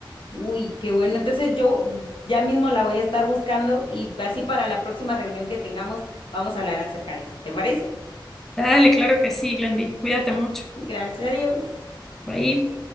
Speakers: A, on the left (about 80°); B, in the centre.
A: Uy, qué bueno. Entonces yo ya mismo la voy a estar buscando y así para la próxima reunión que tengamos vamos a hablar acerca de eso. ¿Te parece?
B: Dale, claro que sí, Glendy. Cuídate
A: Va.
B: mucho.
A: Gracias a Dios.
B: Bye.